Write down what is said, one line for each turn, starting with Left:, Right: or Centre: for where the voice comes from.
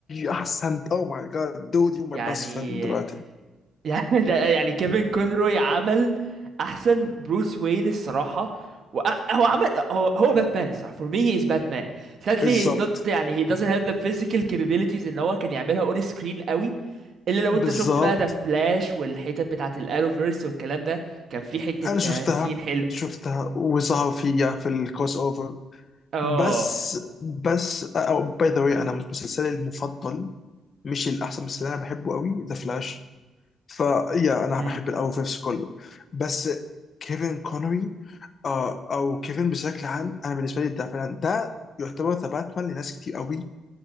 Left: احسنت اوه ماي جاد دود يو ماي
Right: يعني
Left: بيست فريند دلوقتي
Right: يعني ده يعني كيفن كونروي عمل احسن بروس وين الصراحه و- هو عمل هو هو باتمان الصراحه for me he is Batman sadly
Left: بالظبط
Right: he is not يعني he doesn't have the physical capabilities ان هو كان يعملها on screen قوي الا لو
Left: بالظبط
Right: انت شفت بقى ذا فلاش والحتت بتاعه الانوفيرس والكلام ده كان في حته
Left: انا شفتها
Right: آه، سين حلو
Left: شفتها وظهر فيها في الكروس اوفر
Right: اه
Left: بس بس أو باي ذا واي انا مش مسلسلي المفضل مش الاحسن بس اللي انا بحبه قوي ذا فلاش فيا انا
Right: امم
Left: بحب الاول فيفس كله بس كيفن كونري آه او كيفن بشكل عام انا بالنسبه لي ده فعلا ده يعتبر ذا باتمان لناس كتير قوي